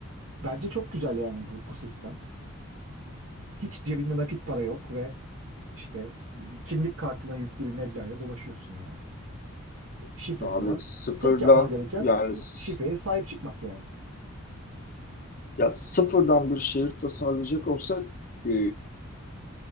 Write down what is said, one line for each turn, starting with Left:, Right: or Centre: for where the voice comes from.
Right: Bence çok güzel yani bu, bu sistem. Hiç cebinde nakit para yok ve işte kimlik kartına yüklü bir meblağla dolaşıyorsun yani. Şifresi
Left: Abi
Right: var.
Left: sıfırdan
Right: Tek yapman gereken
Left: yani s-
Right: şifreye sahip çıkmak yani.
Left: ya sıfırdan bir şehir tasarlayacak olsak e,